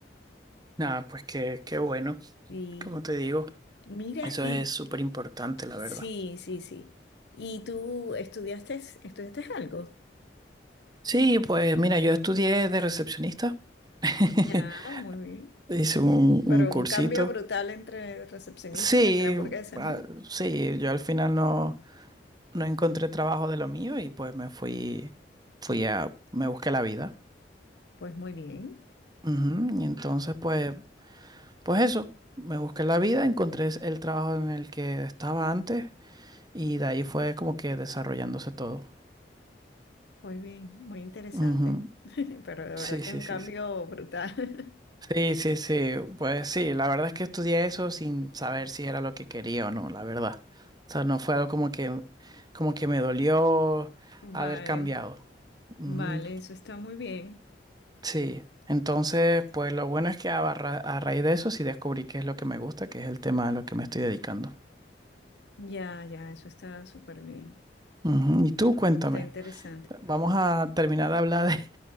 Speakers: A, on the right (about 20°); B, on the left (about 70°).
A: Nada, pues qué, qué bueno.
B: Y
A: Como te digo,
B: mira,
A: eso
B: y
A: es súper importante, la
B: sí,
A: verdad.
B: sí, sí. ¿Y tú estudiaste, estudiaste algo?
A: Sí, pues mira, yo estudié de recepcionista. <laughs>
B: Ya. Ah, muy bien.
A: Hice un,
B: Pero
A: un cursito.
B: un cambio brutal entre recepcionista
A: Sí,
B: y hacer hamburguesas,
A: ah,
B: ¿no?
A: sí, yo al final no. no encontré trabajo de lo mío y pues me fui, fui a, me busqué la vida.
B: Pues muy bien,
A: Ujú, Y entonces pues, pues eso, me busqué la vida, encontré el trabajo en el que estaba antes y de ahí fue como que desarrollándose todo.
B: muy bien, muy interesante.
A: Ujú.
B: <laughs> Pero de verdad
A: Sí,
B: que
A: sí,
B: es un
A: sí,
B: cambio
A: sí.
B: brutal. <laughs>
A: Sí, sí, sí. Pues sí, la verdad es que estudié eso sin saber si era lo que quería o no, la verdad. O sea, no fue algo como que, como que me dolió
B: Vale,
A: haber cambiado. Ujú,
B: vale, eso está muy bien.
A: Sí, entonces, pues lo bueno es que a, barra- a raíz de eso sí descubrí qué es lo que me gusta, que es el tema a lo que me estoy dedicando.
B: Ya, ya, eso está súper bien.
A: Ujú, Y tú, cuéntame.
B: Está interesante.
A: Vamos a terminar de hablar de,